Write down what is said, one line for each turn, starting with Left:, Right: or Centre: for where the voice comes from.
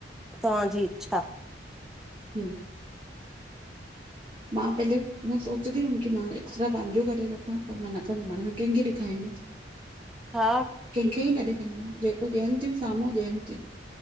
Centre: तव्हांजी इच्छा।
Right: हम्म्। मां पहले, हीअ सोचंहूंदी हुं। कि मां एक्सट्ररा पंहिंजो करे रखां पर मां न कंदमि, हाणे मां कंहिंखे ॾेखारींदम।
Centre: हा।
Right: कंहिंखे ई न ॾेखाइ, जेको ॾियनि थियूं साम्हूं ॾियनि थियूं।